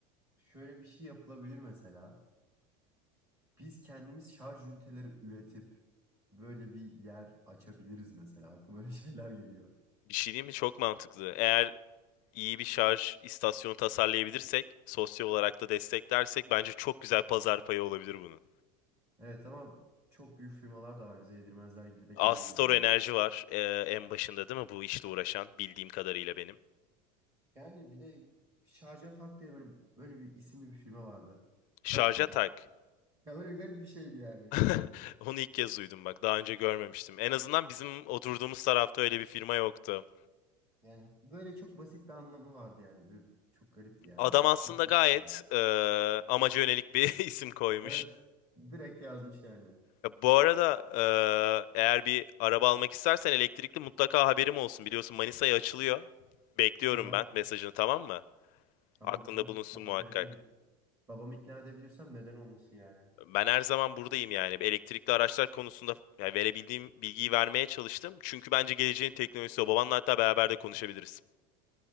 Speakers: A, on the right (about 20°); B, on the left (about 55°).
A: şöyle bir şey yapılabilir mesela. Biz kendimiz şarj üniteleri üretip böyle bir yer açabiliriz mesela. Aklıma öyle <laughs> şeyler geliyor.
B: Bir şey değil mi? Çok mantıklı. Eğer iyi bir şarj istasyonu tasarlayabilirsek, sosyal olarak da desteklersek bence çok güzel pazar payı olabilir bunun.
A: Evet ama çok büyük firmalar da var bize yedirmezler gibi de geliyor
B: Astor
A: yani.
B: Enerji var e, en başında değil mi bu işle uğraşan bildiğim kadarıyla benim.
A: Yani bir de şarja tak diye böyle böyle bir isimli bir firma vardı.
B: Şarja
A: Tak mı?
B: tak.
A: Ya öyle garip bir şeydi yani.
B: <laughs> Onu ilk kez duydum bak. Daha önce görmemiştim. En azından bizim oturduğumuz tarafta öyle bir firma yoktu.
A: Yani böyle çok basit bir anlamı vardı yani. Bir- çok garipti yani.
B: Adam aslında
A: Tam bilmiyorum.
B: gayet e, amaca yönelik bir <laughs> isim koymuş.
A: Evet. Direkt yazmış yani.
B: E, Bu arada e, eğer bir araba almak istersen elektrikli mutlaka haberim olsun. Biliyorsun Manisa'ya açılıyor. Bekliyorum
A: Haha.
B: ben mesajını tamam mı?
A: Tamam
B: Aklında
A: tamam.
B: bulunsun
A: Ben
B: muhakkak.
A: haber ederim. Babamı ikna edebilirsem neden olmasın yani.
B: Ben her zaman buradayım yani. Elektrikli araçlar konusunda yani verebildiğim bilgiyi vermeye çalıştım. Çünkü bence geleceğin teknolojisi o. Babanla hatta beraber de konuşabiliriz.